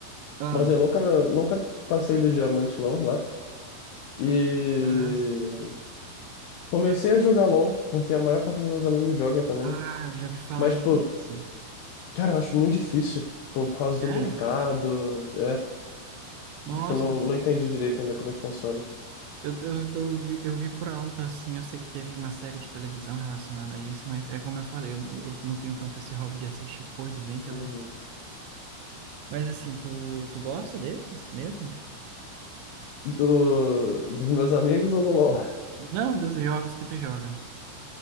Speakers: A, on the right (about 80°); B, on the left (about 80°).
A: Ah,
B: Mas eu nunca, nunca passei do diamante, não, lá. E
A: ah, sim.
B: comecei a jogar LoL, porque a maior parte dos meus amigos joga também.
A: Ah, eu já ouvi falar
B: Mas,
A: muito
B: tipo,
A: disso.
B: cara, eu acho muito difícil. Tipo, por causa
A: É?
B: do mercado. É.
A: Nossa,
B: Tipo, não,
A: não
B: não
A: sabia.
B: entendi direito ainda como é que funciona.
A: Eu, eu, eu, vi, eu vi por alto, assim, eu sei que teve uma série de televisão relacionada a isso, mas é como eu falei, eu, eu não tenho tanto esse hobby de assistir coisas em televisão.
B: Uhum.
A: Mas assim, tu, tu gosta desses mesmo?
B: Do, dos meus amigos ou do LoL?
A: Não, dos jogos que tu joga.